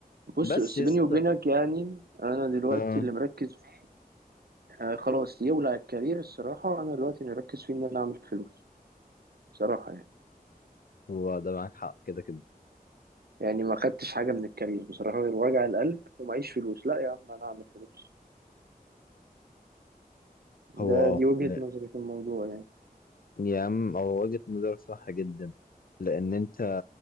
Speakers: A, on the right; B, on the left.
A: بص
B: بس
A: بس
B: يس
A: بيني وبينك يعني انا دلوقتي
B: اه
A: اللي مركز فيه آه خلاص يولع الكارير الصراحه انا دلوقتي اللي مركز فيه ان انا اعمل فلوس صراحه يعني
B: هو ده معاك حق كده كده
A: يعني ما خدتش حاجه من الكارير بصراحه غير وجع القلب ومعيش فلوس لا يا عم انا اعمل فلوس
B: هو
A: ده
B: اه
A: دي وجهه
B: لا
A: نظري في الموضوع يعني
B: يا عم هو وجهة نظرك صح جدا لان انت